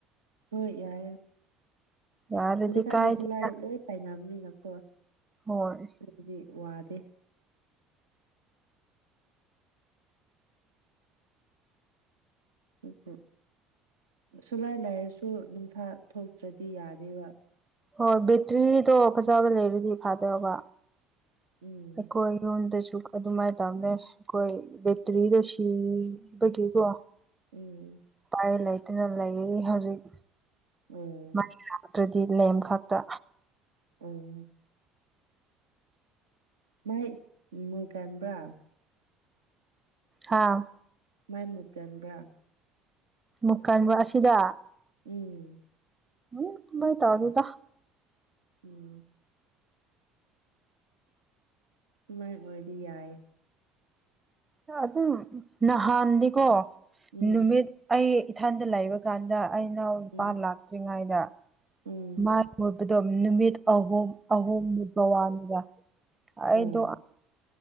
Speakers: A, on the right; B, on the right.
A: ꯍꯣꯏ ꯌꯥꯏꯌꯦ
B: ꯌꯥꯔꯗꯤ
A: ꯍꯧꯖꯤꯛꯀꯥꯟꯗꯤ
B: ꯀꯥꯏꯗꯦꯗ
A: ꯁꯣꯂꯥꯔ ꯂꯣꯏ ꯄꯥꯏꯅꯕꯅꯤꯅꯀꯣ
B: ꯍꯣꯏ
A: ꯑꯗꯨꯗꯤ ꯋꯥꯗꯦ ꯑꯗꯨꯕꯨ ꯁꯨꯂꯥꯏ ꯂꯥꯏꯔꯁꯨ ꯅꯨꯡꯁꯥ ꯊꯣꯛꯇ꯭ꯔꯥꯗꯤ ꯌꯥꯗꯦꯕ
B: ꯍꯣꯏ ꯕꯦꯇ꯭ꯔꯤꯗꯣ ꯐꯖꯕ ꯂꯩꯔꯗꯤ ꯐꯥꯗꯧꯕ
A: ꯎꯝ
B: ꯑꯩꯈꯣꯏ ꯌꯨꯝꯗꯁꯨ ꯑꯗꯨꯃꯥꯏ ꯇꯧꯕꯅꯦ ꯑꯩꯈꯣꯏ ꯕꯦꯇ꯭ꯔꯤꯗꯣ ꯁꯤꯕꯒꯤꯀꯣ
A: ꯎꯝ
B: ꯑꯩ ꯂꯩꯇꯅ ꯂꯩꯌꯦ ꯍꯧꯖꯤꯛ
A: ꯑꯣ
B: ꯃꯥꯏ ꯂꯥꯛꯇ꯭ꯔꯥꯗꯤ ꯂꯦꯝ ꯈꯛꯇꯥ
A: ꯎꯝ ꯃꯩ ꯃꯨꯠꯀꯝꯕ꯭ꯔꯥ
B: ꯍꯥꯥ
A: ꯃꯩ ꯃꯨꯠꯀꯟ꯭ꯕꯔꯥ
B: ꯃꯨꯛꯀꯟꯕ ꯑꯁꯤꯗ
A: ꯎꯝ
B: ꯎꯝ ꯇꯨꯃꯩ ꯇꯥꯎꯗꯦꯗ
A: ꯎꯝ ꯑꯗꯨꯃꯥꯏ ꯑꯣꯏꯔꯗꯤ ꯌꯥꯏ
B: ꯈꯔ ꯑꯗꯨꯝ ꯅꯍꯥꯟꯗꯤꯀꯣ
A: ꯎꯝ
B: ꯅꯨꯃꯤꯠ ꯑꯩ ꯏꯊꯟꯗ ꯂꯩꯕ ꯀꯥꯟꯗ ꯑꯩꯅꯥꯎ ꯅꯨꯄꯥ
A: ꯎꯝ
B: ꯂꯥꯛꯇ꯭ꯔꯤꯉꯩꯗ
A: ꯎꯝ
B: ꯃꯥꯏ ꯀꯣꯏꯕꯗꯣ ꯅꯨꯃꯤꯠ ꯑꯍꯨꯝ ꯑꯍꯨꯝ ꯃꯨꯕ ꯋꯥꯅꯤꯗ ꯑꯩꯗꯣ
A: ꯎꯝ